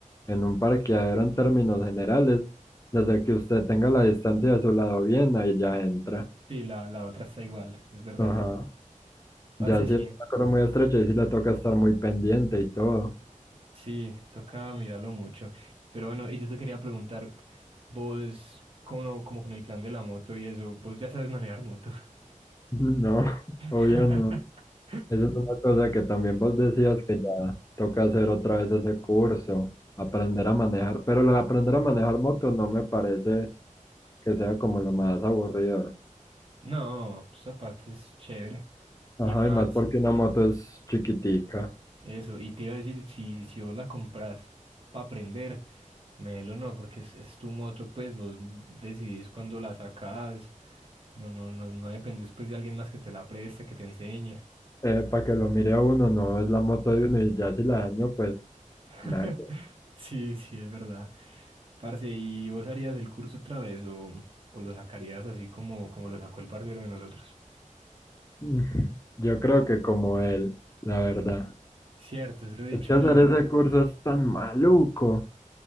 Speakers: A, on the left; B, on the right.
A: en un parqueadero en términos generales, desde que usted tenga la distancia de su lado bien, ahí ya entra.
B: sí, la, la otra está igual, es verdad.
A: Ajá.
B: Parce,
A: Ya si
B: sí,
A: es una cosa muy estrecha y si le toca estar muy pendiente y todo. <laughs>
B: sí, toca mirarlo mucho. Pero bueno, y yo te quería preguntar, vos, como, como con el plan de la moto y eso, vos ya sabes manejar moto.
A: No,
B: <laughs>
A: obvio no. Esa es una cosa que también vos decías que ya toca hacer otra vez ese curso, aprender a manejar, pero lo de aprender a manejar moto no me parece que sea como lo más aburridor.
B: No, esa parte es chévere.
A: Ajá,
B: Y más,
A: y más porque una moto es chiquitica.
B: eso, y te iba a decir, si, si vos la compras para aprender, lo no, porque es, es tu moto, pues vos decidís cuando la sacás, no, no, no, no dependes pues de alguien más que te la preste, que te enseñe.
A: Eh, para que lo mire a uno, no es la moto de uno y ya si la daño, pues
B: <laughs>
A: nada. que- hacer.
B: Sí, sí, es verdad. Parce, ¿y vos harías el curso otra vez o, o lo sacarías así como, como lo sacó el parcero de nosotros?
A: <laughs> Yo creo que como él, la verdad.
B: Cierto, eso he dicho
A: Es que hacer
B: yo.
A: ese curso es tan maluco.